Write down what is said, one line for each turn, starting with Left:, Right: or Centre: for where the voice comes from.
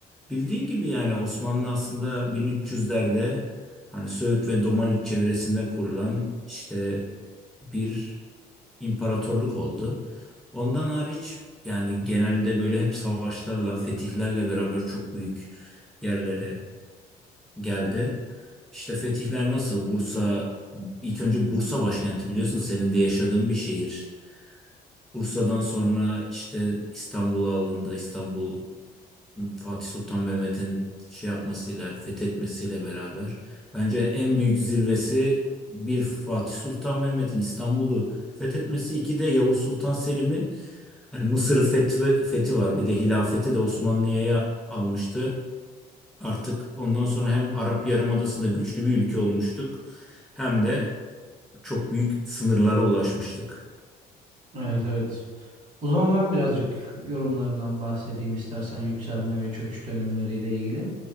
Centre: Bildiğin gibi yani Osmanlı aslında 1300'lerde hani Söğüt ve Domaniç çevresinde kurulan işte bir imparatorluk oldu. Ondan hariç yani genelde böyle hep savaşlarla, fetihlerle beraber çok büyük yerlere geldi. İşte fetihler nasıl? Bursa ilk önce Bursa başkenti biliyorsun senin de yaşadığın bir şehir. Bursa'dan sonra işte İstanbul'a alındı. İstanbul Fatih Sultan Mehmet'in şey yapmasıyla, fethetmesiyle beraber. Bence en büyük zirvesi bir Fatih Sultan Mehmet'in İstanbul'u fethetmesi, iki de Yavuz Sultan Selim'in hani Mısır'ı fethi, fethi var. Bir de hilafeti de Osmanlı'ya almıştı. Artık ondan sonra hem Arap Yarımadası'nda güçlü bir ülke olmuştuk hem de çok büyük sınırlara ulaşmıştık.
Right: Evet evet O zaman ben birazcık yorumlarından bahsedeyim istersen yükselme ve çöküş dönemleriyle ilgili.